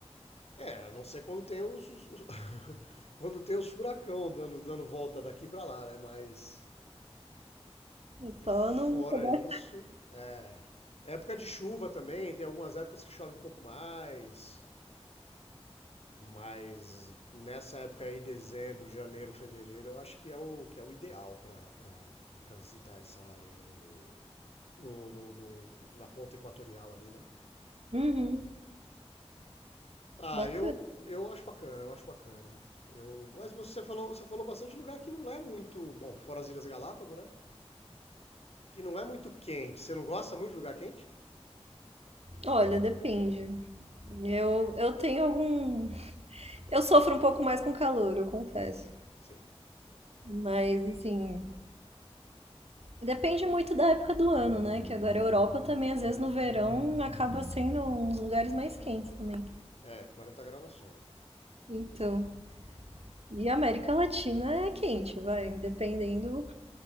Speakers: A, on the left; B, on the right.
A: É, a não ser quando tem os, os- os- <laughs> quando tem os furacão dando dando volta daqui para lá, né? Mas
B: É só
A: fora
B: não pegar.
A: isso, é época de chuva também. Tem algumas épocas que chove um pouco mais, mas nessa época aí, dezembro, janeiro, fevereiro, eu acho que é o que é o ideal para para visitar essa área aí no no, no- no- na ponta equatorial ali, né?
B: Uhum.
A: Ah,
B: Bacana.
A: eu, eu acho bacana, eu acho bacana. Eu, mas você falou, você falou bastante lugar que não é muito, bom, fora as Ilhas Galápagos, né? Que não é muito quente. Você não gosta muito de lugar quente?
B: Olha, depende. Eu, eu tenho algum. Eu sofro um pouco mais com calor, eu confesso.
A: Sim.
B: Mas, assim. Depende muito da época do ano, né? Que agora a Europa também, às vezes no verão, acaba sendo uns lugares mais quentes também.
A: É, quarenta graus na sombra.
B: Então. E a América Latina é quente, vai, dependendo.